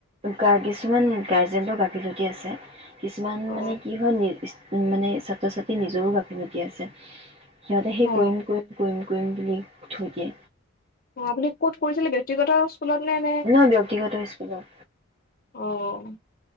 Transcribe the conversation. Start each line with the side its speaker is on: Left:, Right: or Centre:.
Right: গা ', কিছুমান গাৰ্জেনটো গাফীলতী আছে। কিছুমান
Left: অ
Right: মানে কি হয়, মানে নিজ ছাত্ৰ-ছাত্ৰী নিজৰো গাফিলতি আছে। সিহঁতে সেই
Left: অ
Right: কৰিম- কৰিম -। কৰিম বুলি থৈ দিয়ে।
Left: অ', আপুনি ক'ত কৰিছিলে ব্যক্তিগত, ইস্কুলতনে এ',
Right: নহয় ব্যক্তিগত স্কুলত
Left: অ',